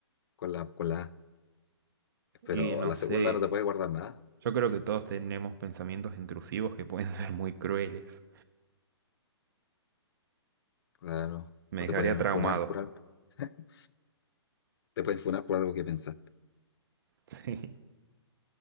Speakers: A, on the left; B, on the right.
A: con la, con la A. Pero
B: Y no
A: a la
B: sé,
A: segunda no te puedes guardar nada,
B: yo creo que todos tenemos pensamientos intrusivos que pueden <laughs> ser muy crueles.
A: claro.
B: Me
A: O
B: dejaría
A: te pueden
B: traumado.
A: funar por algo. <laughs> Te pueden funar por algo que pensaste.
B: Sí.